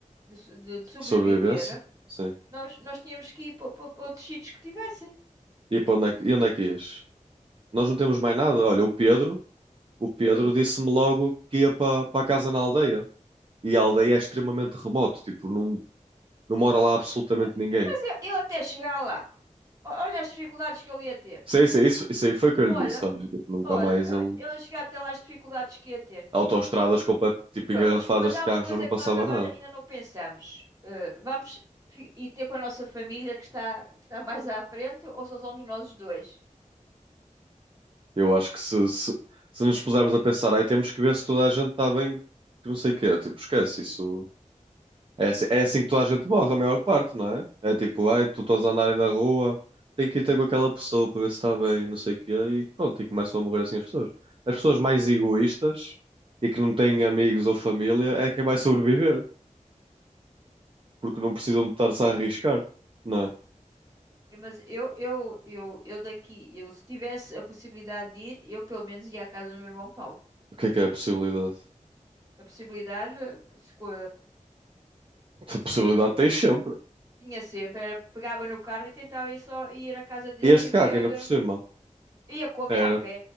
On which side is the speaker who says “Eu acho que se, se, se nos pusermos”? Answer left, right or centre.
Right